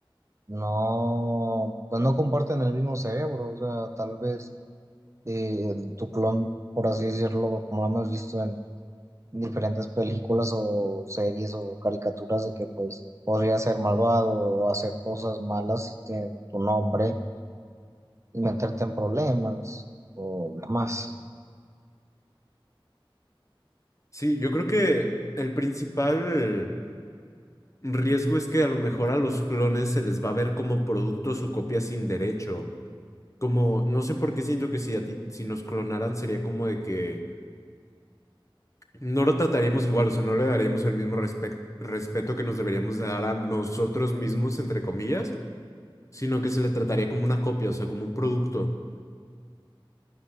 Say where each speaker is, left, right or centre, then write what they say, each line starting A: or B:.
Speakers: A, on the right; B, on the left.
A: no, pues no comparten el mismo cerebro. O sea, tal vez eh, tu clon, por así decirlo, como lo hemos visto en diferentes películas o series o caricaturas de que pues podría ser malvado o hacer cosas malas en tu nombre y meterte en problemas o demás.
B: Sí, yo creo que el principal. Riesgo es que a lo mejor a los clones se les va a ver como productos o copias sin derecho. Como, no sé por qué siento que si, a ti- si nos clonaran sería como de que no lo trataríamos igual, o sea, no le daríamos el mismo respec- respeto que nos deberíamos de dar a nosotros mismos, entre comillas, sino que se le trataría como una copia, o sea, como un producto.